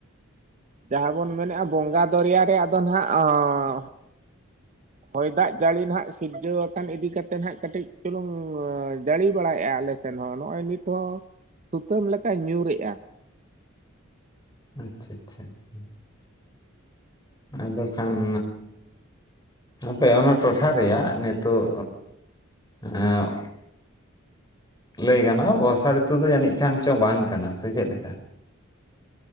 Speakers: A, on the right; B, on the left.
A: ᱡᱟᱦᱟᱸ ᱵᱚᱱ ᱢᱮᱱᱮᱜ-ᱟ ᱵᱚᱸᱜᱟ ᱫᱚᱨᱭᱟ ᱨᱮ ᱟᱫᱚ ᱱᱟᱜ ᱚᱸᱻ ᱦᱚᱭ ᱫᱟᱜ ᱡᱟᱹᱲᱤ ᱱᱟᱦᱟᱜ ᱥᱤᱨᱡᱟᱹᱣ ᱟᱠᱟᱱ ᱤᱫᱤ ᱠᱟᱛᱮᱫ ᱱᱟᱦᱟᱜ ᱠᱟᱹᱴᱤᱡ ᱪᱩᱞᱩᱝ ᱡᱟᱲᱤ ᱵᱟᱲᱟᱭᱮᱜ-ᱟᱭ ᱟᱞᱮᱥ ᱥᱮᱱ ᱦᱚᱸ᱾ ᱱᱚᱜ-ᱚᱭ ᱱᱤᱛ ᱦᱚᱸ ᱥᱩᱛᱟᱹᱢ ᱞᱮᱠᱟ ᱧᱩᱨᱮ-ᱟ᱾
B: ᱟᱪᱪᱷᱟ-ᱪᱷᱟ, ᱦᱩᱸ᱾ ᱟᱫᱚ ᱠᱷᱟᱱ ᱟᱯᱮ ᱚᱱᱟ ᱴᱚᱴᱷᱟ ᱨᱮᱭᱟᱜ ᱱᱤᱛᱳᱜ, ᱮᱸᱜ ᱞᱟᱹᱭ ᱜᱟᱱᱚᱜ-ᱟ ᱵᱚᱨᱥᱟ ᱨᱤᱛᱩ ᱫᱚ ᱡᱟᱱᱤᱡ ᱠᱷᱟᱱ ᱪᱚ ᱵᱟᱝ ᱠᱟᱱᱟ ᱥᱮ ᱪᱮᱫᱞᱮᱠᱟ?